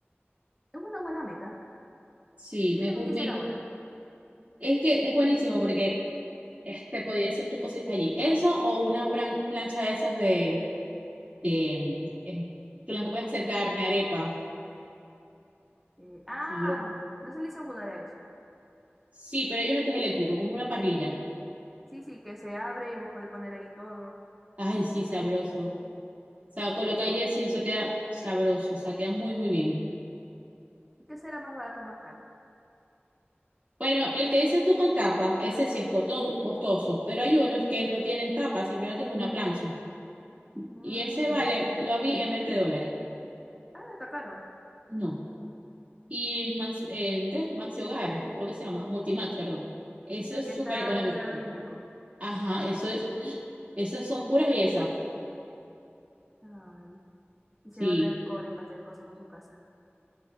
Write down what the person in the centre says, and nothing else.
Es una buena meta.
Yo
también
quisiera
una.
Eh, ah,
no se le hice budar a eso.
Sí, sí, que se abre y vos podés poner ahí todo.
¿Y qué será más barato o más caro?
Mm,
Ah, no está caro.
El
que
está
el del
Olímpico.
Ay, quisieron
tener cobres para tener cosas para su casa.